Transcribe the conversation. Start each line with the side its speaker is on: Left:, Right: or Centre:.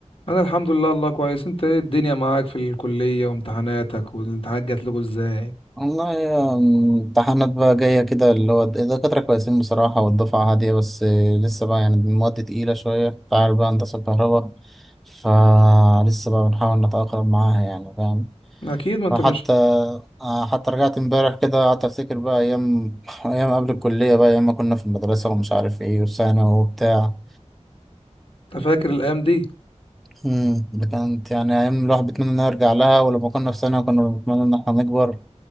Left: انا الحمد لله الله كويس انت ايه الدنيا معاك في الكلية وامتحاناتك والامتحانات جات لكم ازاي
Centre: والله يا امتحانات بقى جاية كده اللي هو الدكاترة كويسين بصراحة والدفعة هادية بس لسه بقى يعني المواد تقيلة شوية أنت عارف بقى هندسة الكهرباء فلسه بقى بنحاول نتأقلم معاها يعني فاهم
Left: اكيد ما انت
Centre: فحتى
Left: مش
Centre: حتى رجعت امبارح كده قعدت أفتكر بقى أيام أيام قبل الكلية بقى أيام ما كنا في المدرسة ومش عارف إيه وثانوي وبتاع
Left: أنت فاكر الايام دي
Centre: مم، ده كانت يعني أيام الواحد بيتمنى إنه يرجع لها ولما كنا في ثانوي كنا بنتمنى إن إحنا نكبر